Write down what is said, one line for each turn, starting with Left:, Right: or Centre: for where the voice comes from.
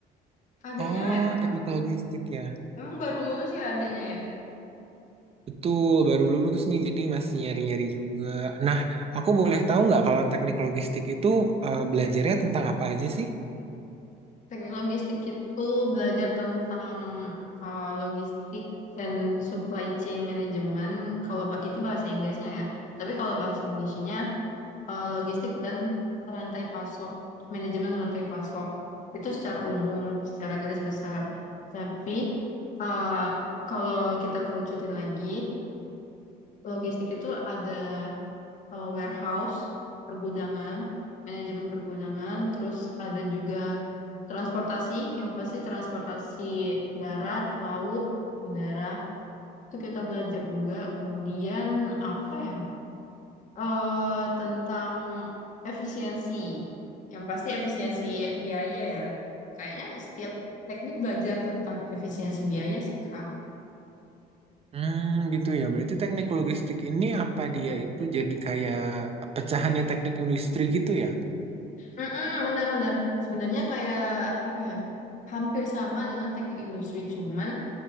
Left: Adiknya
Right: Oh,
Left: emang
Right: teknik logistik ya.
Left: emang baru lulus ya adiknya ya.
Right: Betul, baru lulus nih, jadi masih nyari-nyari juga. Nah, aku boleh
Left: Hmm,
Right: tahu nggak kalau teknik logistik itu eh, belajarnya tentang apa aja sih?
Left: Teknik logistik itu belajar tentang uh, logistik dan supply chain management. Kalau ba- itu bahasa Inggrisnya ya. Tapi kalau bahasa Indonesianya eh, logistik dan rantai pasok, manajemen rantai pasok. Itu secara umum, secara garis besar. Tapi eh, kalau kita kerucutin lagi, logistik itu ada eh, warehouse, pergudangan, manajemen pergudangan, terus ada juga transportasi, yang pasti transportasi darat, laut, udara. Itu kita belajar juga. Kemudian apa ya? eh tentang efisiensi. Yang pasti efisiensi biaya ya. Kayaknya setiap teknik belajar tentang efisiensi biaya sih, Kak.
Right: Hmm, gitu ya. Berarti teknik logistik ini apa dia itu jadi kayak pecahannya teknik industri gitu ya?
Left: Mm-mm, benar-benar. Sebenarnya kayak apa ya? Hampir sama dengan teknik industri, cuman